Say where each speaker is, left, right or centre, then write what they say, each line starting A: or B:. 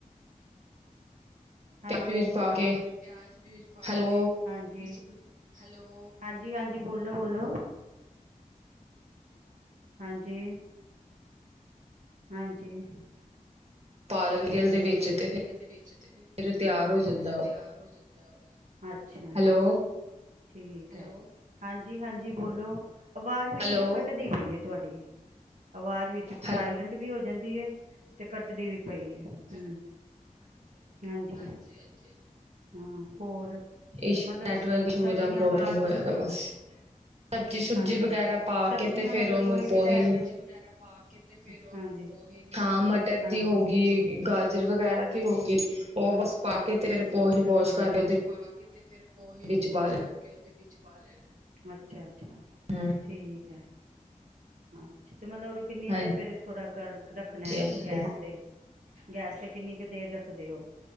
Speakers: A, on the right; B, on the right.
A: ਹੈਲੋ
B: ਪਿਆਜ ਵਿੱਚ ਪਾ ਕੇ
A: ਪਿਆਜ ਪਿਉਜ ਪਾ
B: ਹੈਲੋ
A: ਕੇ ਹਾਂਜੀ। ਹੈਲੋ ਹਾਂਜੀ ਹਾਂਜੀ ਬੋਲੋ ਬੋਲੋ। ਹਾਂਜੀ। ਹਾਂਜੀ। ਪਾ
B: ਦਿੰਦੀ
A: ਦਿੰਦੇ
B: ਰੀਅਲ ਦੇ ਵਿੱਚ
A: ਸੀ ਮਟੀਰੀਅਲ
B: ਤੇ
A: ਦੇ ਵਿੱਚ ਤੇ
B: ਫਿਰ ਤਿਆਰ
A: ਅੱਛਾ
B: ਹੋ ਜਾਂਦਾ
A: ਫਿਰ
B: ਉਹ
A: ਤਿਆਰ ਹੋ ਜਾਂਦਾ। ਅੱਛਾ।
B: ਹੈਲੋ
A: ਠੀਕ ਐ ਹਾਂਜੀ ਹਾਂਜੀ ਬੋਲੋ ਅਵਾਜ਼ ਵਿੱਚ
B: ਹੈਲੋ
A: ਨਾ ਕੱਟਦੀ ਪਈ ਐ ਤੁਹਾਡੀ। ਆਵਾਜ਼ ਵਿੱਚ
B: ਹ
A: ਸਾਇਲੈਂਟ ਵੀ ਹੋ ਜਾਂਦੀ ਐ ਤੇ ਕੱਟਦੀ ਵੀ ਪਈ ਐ ਹੂੰ। ਹਾਂਜੀ ਹਾਂਜੀ ਹਾਂ ਹੋਰ।
B: ਇ
A: ਮਤਲਬ
B: ਨੈਟਵਰਕ ਇਸ਼ੂ।
A: ਸਬਜ਼ੀਆਂ
B: ਦਾ ਪ੍ਰੋਬਲਮ
A: ਪਾ
B: ਹੋਇਆ
A: ਕੇ
B: ਬਸ ਸਬਜ਼ੀ ਸੁਬਜੀ
A: ਹਾਂਜੀ
B: ਵਗੈਰਾ ਪਾ
A: ਸਬਜ਼ੀਆਂ
B: ਕੇ ਤੇ ਫੇਰ
A: ਮਤਲਬ
B: ਉਹਨੂੰ
A: ਕੋਈ ਵੀ
B: ਪੋਹੇ
A: ਲੈ
B: ਨੂੰ
A: ਕੇ। ਵਗੈਰਾ ਪਾ ਕੇ ਤੇ ਫਿਰ ਉਹਨੂੰ ਪੋਹੇ ਨੂੰ
B: ਹਾਂ ਮਟਰ
A: ਹਾਂਜੀ ਹਾਂਜੀ
B: ਦੀ ਹੋਗੀ, ਗਾਜਰ
A: ਹਾਂ ਮਟਰ
B: ਵਗੈਰਾ
A: ਦੀ ਹੋਗੀ।
B: ਉਹ
A: ਗਾਜਰ
B: ਬਸ ਪਾ
A: ਵਗੈਰਾ
B: ਕੇ
A: ਦੀ
B: ਤੇ
A: ਹੋਗੀ
B: ਪੋਹੇ ਵਾਸ਼ ਕਰਕੇ
A: ਓ ਬਸ
B: ਉਹਦੇ
A: ਪਾ ਕੇ ਤੇ ਫੇਰ ਪੋਹੇ
B: ਵਿੱਚ
A: ਨੂੰ।
B: ਪਾ ਲੈ
A: ਉਹਦੇ ਵਿੱਚ ਪਾ ਲੈਣਾ ਅੱਛਾ ਅੱਛਾ
B: ਹੂੰ
A: ਠੀਕ ਐ। ਅੱਛਾ ਤੇ ਮਤਲਬ ਕਿੰਨੀ
B: ਹਾਂਜੀ
A: ਦੇਰ ਫੇਰ ਥੋੜਾ ਕਰ ਰੱਖਣਾ
B: ਹਾਂਜੀ।
A: ਗੈਸ ਤੇ ਗੈਸ ਤੇ ਕਿੰਨੀ ਕੁ ਦੇਰ ਰੱਖ ਰੱਖਦੇ ਓ